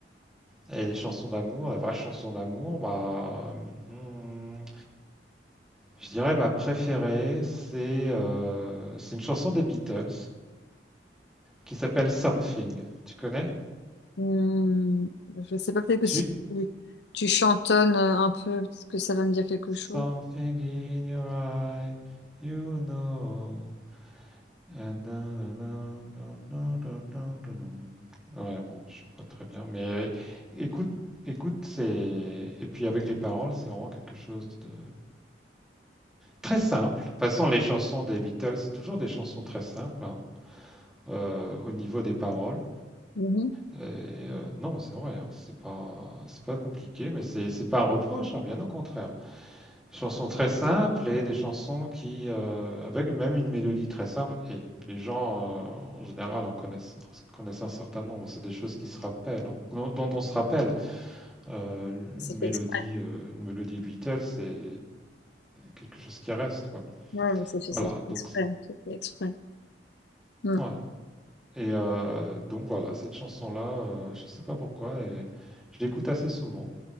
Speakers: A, in the centre; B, on the left.
A: ouais. Et les chansons d'amour, les vraies chansons d'amour, bah, hmm, je dirais ma préférée, c'est euh, c'est une chanson des Beatles qui s'appelle Something. Tu connais?
B: Hum, je sais pas, peut-être que
A: Tu?
B: si tu, tu chantonnes euh, un peu, peut-être que ça va me dire quelque
A: Something
B: chose.
A: in your eyes, you know. Euh, dun, dun, dun, dun, dun, dun, dun, dun. Ouais, bon, je sais pas très bien, mais euh, écoute, écoute, c'est et puis avec les paroles, c'est vraiment quelque chose de très simple. De toute façon, les chansons des Beatles, c'est toujours des chansons très simples hein, euh, au niveau des paroles.
B: Mhm.
A: Et, euh, non, c'est vrai, hein, c'est pas, c'est pas compliqué, mais c'est, c'est pas un reproche, hein, bien au contraire. Des chansons très simples et des chansons qui, euh, avec même une mélodie très simple, et les gens euh, en général en connaissent, connaissent un certain nombre. C'est des choses qui se rappellent, hein, dont, dont on se rappelle. Euh,
B: Ça
A: une mélodie,
B: fait exprès.
A: euh, une mélodie Beatles, c'est quelque chose qui reste, quoi.
B: Ouais, mais c'est fait,
A: Voilà.
B: c'est fait
A: Donc,
B: exprès. C'est fait exprès. Mm.
A: ouais. Et euh, donc voilà, cette chanson-là, euh, je sais pas pourquoi, et je l'écoute assez souvent.